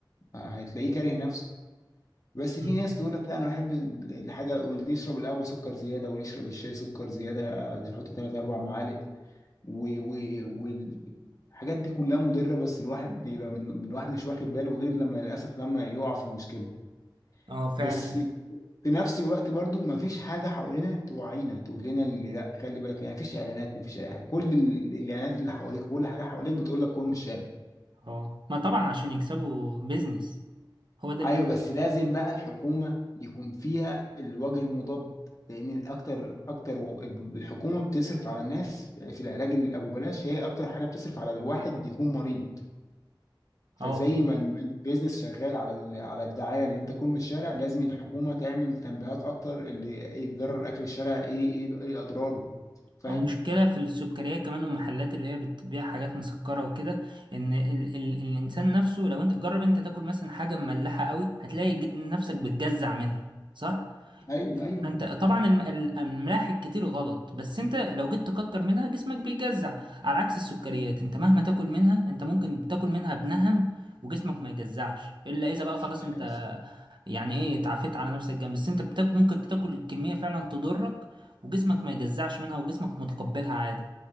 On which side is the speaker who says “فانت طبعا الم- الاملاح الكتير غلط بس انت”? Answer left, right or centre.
Right